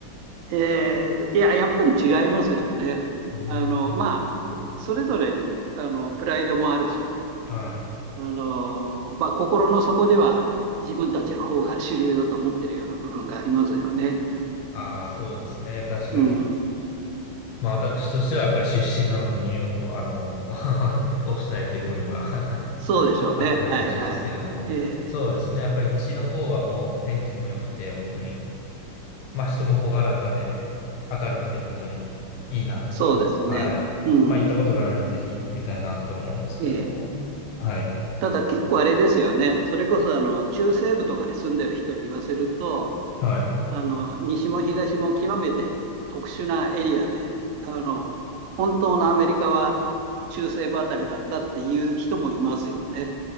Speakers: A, on the right; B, on the left.
A: えーと、いや、やっぱり違いますよね。
B: うーん。
A: あの、まあ、そそれぞれに、あの、プライドもあるし、
B: はい。
A: あの、まあ、心の底では自分たちの方が主流だと思ってるような部分がありますよね。
B: ああ、そうですね。確かに。
A: うん。
B: まあ私としてはやっぱり出身なのでニューヨークをあの <laughs> 推したいという部分は <laughs>
A: そうでしょうね。
B: あったりはしますけれども。
A: はいはい。えー
B: そうですね。やっぱり西の方はもう天気も良くて本当に。まあ人も朗らかで明るくて本当にいいなとは、
A: そうですね。
B: はい。
A: うん。
B: まあ行ったことがないのでぜひ行ってみたいなと思うんですけれども。
A: えー
B: はい。
A: ただ結構あれですよね。それこそあの中西部とかに住んでる人に言わせると、
B: はい。
A: あの西も東も極めて特殊なエリアで、あの本当のアメリカは中西部あたりなんだっていう人もいますよね。